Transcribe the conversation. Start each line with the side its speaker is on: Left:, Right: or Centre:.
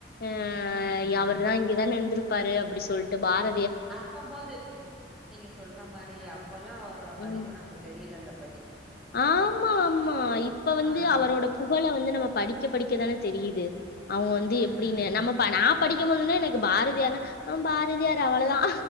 Left: ஆஹ்
Centre: ம் ம்
Left: அவரு தான் இங்கதான் இருந்து பாரு அப்டி சொல்லிட்டு பார
Centre: அப்ப போது நீங்க சொல்ற மாரி அப்ப அப்பலா அவரோட மதிப்பு
Left: ம்
Centre: நமக்கு தெரியலலப்
Left: ஆமா ஆமா இப்ப வந்து
Centre: ஆ
Left: அவரோட புகழ வந்து நம்ம படிக்க படிக்கதானே தெரியுது அவங்க வந்து
Centre: ம்
Left: எப்படின்னு
Centre: ம்
Left: நம்ம நா படிக்கும் போதுன்னா எனக்கு பாரதியார்னா ஆ பாரதியார் அவ்வளதான்